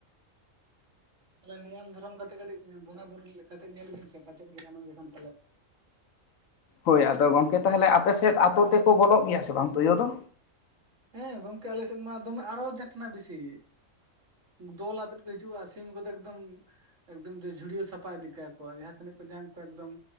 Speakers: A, on the right; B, on the left.
A: ᱛᱟᱞᱦᱮ ᱱᱤᱭᱚᱢ ᱫᱷᱚᱨᱚᱢ ᱠᱟᱛᱮᱜ ᱠᱟᱹᱴᱤᱡ ᱵᱚᱸᱜᱟ ᱵᱩᱨᱩ ᱠᱟᱛᱮ ᱧᱮᱞ ᱵᱤᱱ ᱥᱮ ᱯᱟᱪᱮᱫ ᱜᱮ ᱜᱟᱱᱚᱜ ᱡᱚᱠᱷᱟᱱ ᱯᱟᱞᱮ
B: ᱦᱳᱭ ᱟᱫᱚ ᱜᱚᱝᱠᱮ ᱛᱟᱦᱚᱞᱮ ᱟᱯᱮ ᱥᱮᱫ ᱟᱛᱳ ᱛᱮᱠᱚ ᱵᱚᱞᱚᱜ ᱜᱮᱭᱟ ᱥᱮ ᱵᱟᱝ ᱛᱳᱭᱳ ᱫᱚ?
A: ᱦᱮᱸ ᱜᱚᱝᱠᱮ ᱟᱞᱮ ᱥᱮᱫ ᱢᱟ ᱫᱚᱢᱮ ᱟᱨᱚ ᱡᱟᱴᱱᱟᱜ ᱵᱮᱥᱤ᱾ ᱫᱚᱞ ᱟᱛᱮᱜ ᱠᱚ ᱦᱤᱡᱩᱜᱼᱟ ᱥᱤᱢ ᱠᱚᱫᱚ ᱮᱠᱫᱚᱢ ᱮᱠᱫᱚᱢ ᱡᱷᱩᱲᱭᱟᱹᱣ ᱥᱟᱯᱷᱟ ᱤᱫᱤ ᱠᱟᱠᱚ ᱡᱟᱦᱟᱸ ᱛᱤᱱᱟᱹᱜ ᱠᱚ ᱧᱟᱢ ᱠᱚᱣᱟ ᱮᱠᱫᱚᱢ